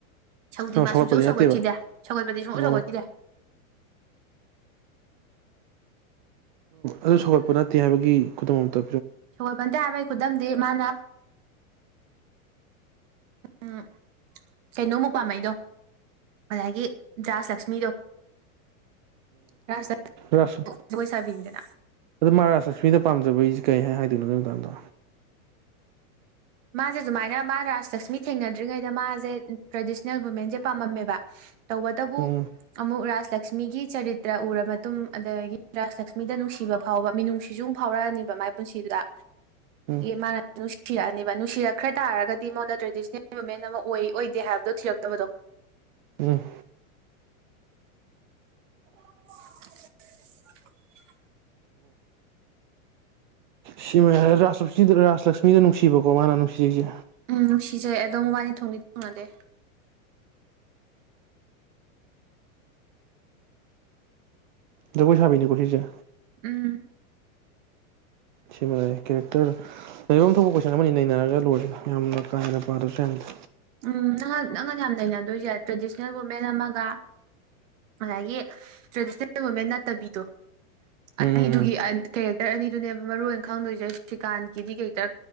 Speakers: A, on the right; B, on the right.
A: ꯁꯧꯗꯤ
B: ꯁꯧꯒꯠꯄꯗꯤ
A: ꯃꯥ ꯁꯨꯡꯁꯧ
B: ꯅꯠꯇꯦꯕ
A: ꯁꯧꯒꯠꯈꯤꯗꯦ ꯁꯧꯒꯠꯄꯗꯤ ꯁꯨꯡꯧ
B: ꯑꯣ
A: ꯁꯧꯒꯠꯈꯤꯗꯦ
B: ꯑꯗꯨ ꯁꯧꯒꯠꯄ ꯅꯠꯇꯦ ꯍꯥꯏꯕꯒꯤ ꯈꯨꯗꯝ ꯑꯇ
A: ꯁꯒꯣꯏꯕꯟꯇ ꯍꯥꯏꯕꯩ ꯈꯨꯗꯝꯗꯤ ꯃꯥꯅ ꯑ ꯀꯩꯅꯧ ꯃꯨꯄꯥꯃꯩꯗꯣ ꯑꯗꯨꯗꯒꯤ ꯖꯥꯁ ꯂꯛꯁꯃꯤꯗꯣ ꯔꯥꯖ ꯂꯛꯁꯃꯤ
B: ꯑꯣꯁ
A: ꯖꯒꯣꯏ ꯁꯥꯕꯤꯅꯤꯗꯅ
B: ꯑꯗꯨ ꯃꯥꯔꯥꯁ ꯁꯨꯃꯤꯅ ꯄꯥꯝꯖꯕꯩꯁꯤꯦ ꯀꯩ ꯍꯥꯏ ꯍꯥꯏꯗꯣꯏꯅꯣ ꯑꯗꯨꯒꯤ ꯃꯇꯥꯡꯗꯣ
A: ꯃꯥꯁꯦ ꯁꯨꯃꯥꯏꯅ ꯃꯥ ꯔꯥꯁ ꯂꯛꯁꯃꯤ ꯊꯦꯡꯅꯗ꯭ꯔꯤꯉꯩꯗ ꯃꯥꯁꯦ ꯇ꯭ꯔꯦꯗꯤꯁꯅꯦꯜ ꯋꯨꯃꯦꯟꯁꯦ ꯄꯥꯝꯃꯝꯃꯦꯕ ꯇꯧꯕꯇꯕꯨ
B: ꯎꯝ
A: ꯑꯃꯨꯛ ꯔꯥꯁ ꯂꯛꯁꯃꯤꯒꯤ ꯆꯔꯤꯇ꯭ꯔ ꯎꯔ ꯃꯇꯨꯡ ꯑꯗꯒꯤ ꯔꯥꯁ ꯂꯛꯁꯃꯤꯗ ꯅꯨꯡꯁꯤꯕ ꯐꯥꯎꯕ ꯃꯤꯅꯨꯡꯁꯤꯖꯨꯡ ꯐꯥꯎꯔꯛꯑꯅꯤꯕ ꯄꯨꯟꯁꯤ ꯑ
B: ꯎꯝ
A: ꯃꯥꯅ ꯅꯨꯡꯁꯤꯔ ꯅꯨꯡꯁꯤꯔꯛꯈ꯭ꯔ ꯇꯥꯔꯒꯗꯤ ꯃꯉꯗ ꯇ꯭ꯔꯦꯗꯤꯁꯅꯦꯜ ꯋꯤꯦꯟ ꯑꯃ ꯑꯣꯏ ꯑꯣꯏꯗꯦ ꯍꯥꯏꯕꯗꯣ ꯊꯤꯔꯛꯇꯕꯗꯣ
B: ꯎꯝ
A: <unintelligible>
B: ꯁꯤꯥꯁ ꯔꯥꯁ ꯂꯛꯁꯃꯤꯗ ꯅꯨꯡꯁꯤꯕꯀꯣ ꯃꯥꯅ ꯅꯨꯡꯁꯤꯩꯁꯦ
A: ꯎꯝ ꯁꯤꯖꯩꯑꯦ ꯑꯗꯣꯕꯥꯅꯤ ꯊꯣꯡꯗꯤ ꯊꯨꯡꯅꯗꯦ
B: ꯅꯣꯏ ꯁꯥꯕꯤꯅꯤ ꯈꯨꯁꯤꯁ
A: ꯎꯝ
B: ꯁꯤꯃ ꯀꯔꯦꯛꯇꯔ ꯂꯩꯐꯝ ꯊꯣꯛꯄ ꯀꯣꯏꯁꯟ ꯑꯃꯅꯤ ꯅꯩꯅꯔꯒ ꯂꯣꯏꯔꯦ ꯌꯥꯝꯅ ꯀꯥ ꯍꯟꯅ ꯄꯥꯗ꯭ꯔꯁꯨ ꯌꯥꯅꯗ
A: ꯎꯝ ꯅꯪ ꯅꯪꯒ ꯌꯥꯝ ꯅꯩꯅꯗꯣꯏꯁꯦ ꯇ꯭ꯔꯦꯗꯤꯁꯅꯦꯜ ꯋꯨꯃꯦꯟ ꯑꯃꯒ ꯉꯁꯥꯏꯒꯤ ꯇ꯭ꯔꯦꯗꯤꯁꯅꯦꯜ ꯋꯨꯃꯦꯟ ꯅꯠꯇꯕꯤꯗꯣ
B: ꯎꯝ
A: ꯑꯅꯤꯗꯨꯒꯤ ꯀꯦꯔꯦꯛꯇꯔ ꯑꯅꯤꯗꯨꯅꯦꯕ ꯃꯔꯨꯑꯣꯏ ꯈꯪꯗꯣꯏꯁꯦ ꯁ꯭ꯔꯤꯀꯥꯟꯀꯤꯗꯤ ꯀꯦꯔꯦꯛꯇꯔ